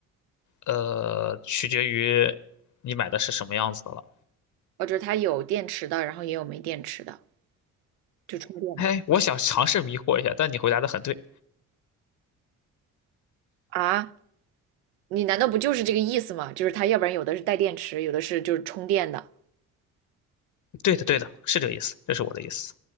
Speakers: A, on the left; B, on the right.
A: 呃，取决于你买的是什么样子的了。
B: 哦，就是它有电池的，然后也有没电池的，就充电的
A: 哎，我想尝试迷惑一下，但你回答的很对，
B: 啊？你难道不就是这个意思吗？就是它要不然有的是带电池，有的是就是充电的。
A: 对的，对的，是这个意思，这是我的意思，